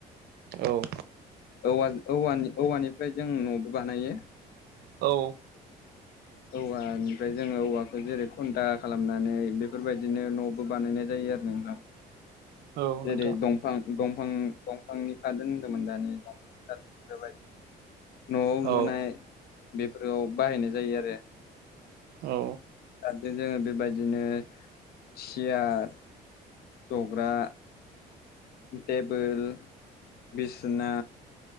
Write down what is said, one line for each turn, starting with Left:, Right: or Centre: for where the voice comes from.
Right: औ
Left: औवा औवानि औवानिफ्राय जों न'बो बानायो
Right: औ
Left: औवा ओमफ्राय जोङो औवाखौ जेरै खुन्था खालामनानै बेफोरबायदिनो न'बो बानायनाय जायो जायो आरो नोंथां
Right: औ
Left: जेरै
Right: नोंथां
Left: दंफां दंफां दंफांनि गाजोल होन्दोंमोन दानि दंफांनि गाजोल बायदि न'वाव
Right: औ
Left: लुनाय बेफोराव बाहायनाय जायो आरो
Right: औ
Left: आरो जोङो बेबायदिनो सियार जग्रा टेबोल, बिसोना